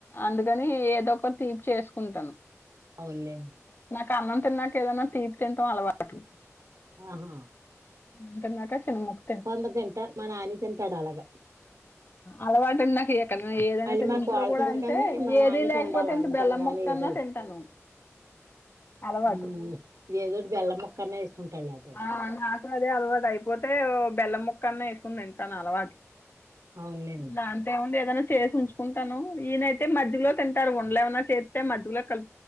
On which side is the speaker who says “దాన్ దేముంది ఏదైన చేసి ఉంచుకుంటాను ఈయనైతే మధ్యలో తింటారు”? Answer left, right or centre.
Left